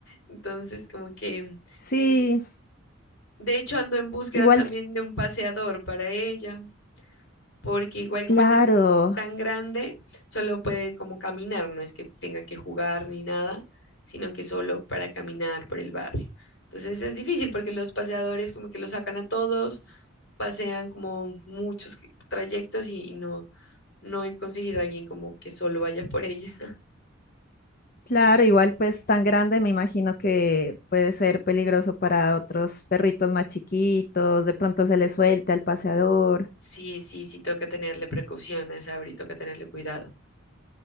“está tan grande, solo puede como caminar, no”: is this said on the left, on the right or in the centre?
Left